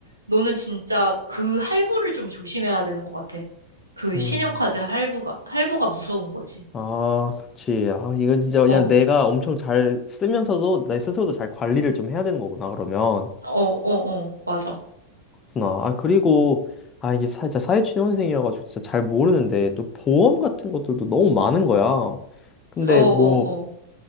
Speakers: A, on the right; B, on the left.
A: 너는 진짜 그 할부를 좀 조심해야 되는 것 같아. 그
B: 음.
A: 신용카드 할부가, 할부가 무서운 거지.
B: 아, 그치. 아, 이건 진짜 그냥
A: 어, 어,
B: 내가 엄청 잘 쓰면서도 내 스스로도 잘 관리를 좀 해야 되는 거구나, 그러면.
A: 어, 어, 맞아.
B: 그렇구나. 아, 그리고, 아, 이게 사, 진짜 사회초년생이어가지고 진짜 잘 모르는데, 또 보험 같은 것들도 너무 많은 거야. 근데
A: 어, 어,
B: 뭐,